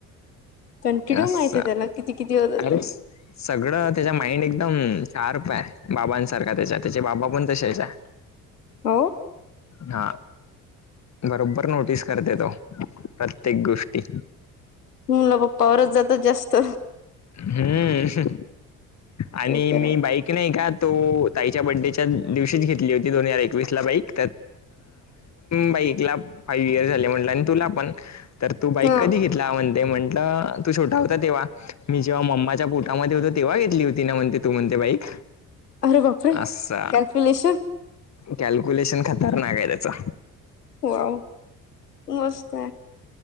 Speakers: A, on the left (about 85°); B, on the left (about 35°).
A: कंटिन्यू
B: असंच
A: माहित आहे त्याला किती किती होत ते
B: त्याच् माइंड एकदम शार्प आहे त्याच्या बाबांसारख
A: हो
B: हा बरोबर नोटीस करते प्रत्येक गोष्टी
A: मुलं पप्पावरच जातात जास्त
B: हम्म आणि
A: ते तर
B: मी बाईक ताईच्या बड्डेच्या दिवशीच घेतली होती. दोन हजार एकवीस ला बाईक बाईकला फाव्ह इयर् म्हट तुला पण तर तू बाईक
A: हा
B: कधी घेत. म्ह म्हणते म्हंटलं. तू छोटा होता. तेव्हा. मी जेव्हा मम्माच्या पोटामध्ये होतो. तेव्हा घेतली होती ना. म्हणते तू म्हणते बाईक
A: अरे बापरे
B: असा.
A: कॅल्क्युलेशन
B: कॅल्क्युलेशन खतरनाकय त्याचा.
A: हो. मस्त.